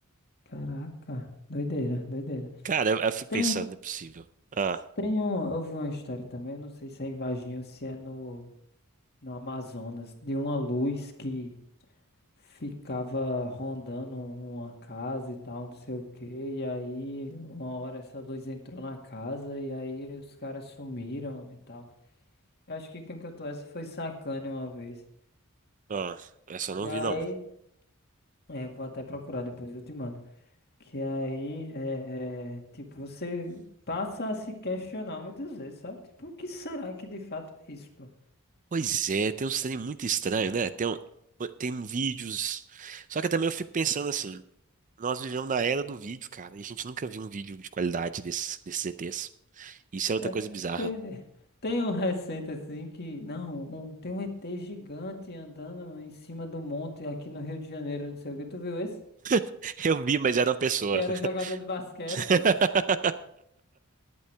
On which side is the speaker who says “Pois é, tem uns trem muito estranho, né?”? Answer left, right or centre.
Right